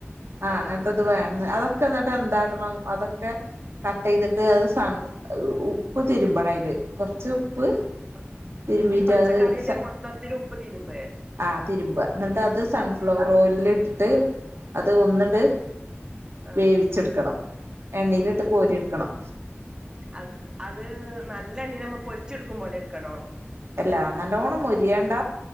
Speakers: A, on the right; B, on the right.
A: ആ
B: ആഹ്
A: അങ്ങനത്തെത്
B: ആഹ്
A: വേണം അതൊക്കെ എന്നിട്ട് എന്താട്ടണം അതൊക്കെ ഒക്കെ കട്ട് ചെയ്തിട്ട് അത് സ ഉപ്പ് തിരുമ്പണം ആയില് കൊറച്ച് ഉപ്പ്
B: ആ
A: തിരുമ്പീട്ട്
B: ഈ പച്ചക്കറിയിലെ
A: അത് സ
B: മൊത്തത്തിൽ ഉപ്പ് തീരുമ്പേ
A: ആ തിരുമ്പ എന്നിട്ട് അത് സൺഫ്ലവർ
B: ആഹ്
A: ഓയിലിൽ ഇട്ടിട്ട് അത്
B: ആഹ്
A: ഒന്ന്ണ്ട്
B: ആഹ്
A: വേവിച്ചെടുക്കണം എണ്ണയിലിട്ട് കോരി എടുക്കണം
B: അ അത് നല്ല എണ്ണീ നമ്മ പൊരിച്ച് എടുക്കും പോലെ എടുക്കണോ
A: അല്ലാ നല്ലോണം മേരിയേണ്ട